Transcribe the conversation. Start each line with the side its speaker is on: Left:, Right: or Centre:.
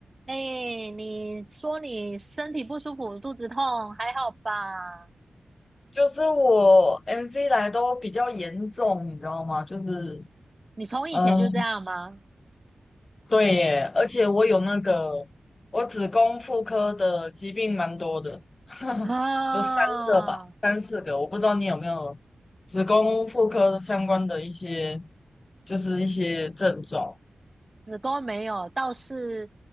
Right: 哎，你说你身体不舒服，肚子痛，还好吧？
Left: 就是我 MC 来都比较严重，你知道吗？就是，
Right: 你从以前就这样吗？
Left: 呃，对耶，而且我有那个，我子宫妇科的疾病蛮多的，
Right: 啊，
Left: 有三个吧，三四个，我不知道你有没有子宫妇科相关的一些，就是一些症状。
Right: 子宫没有，倒是